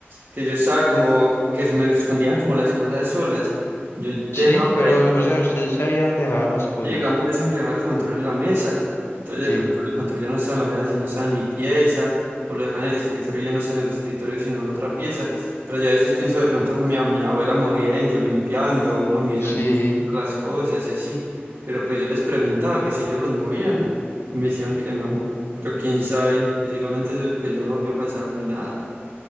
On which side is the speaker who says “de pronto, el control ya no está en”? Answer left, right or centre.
Right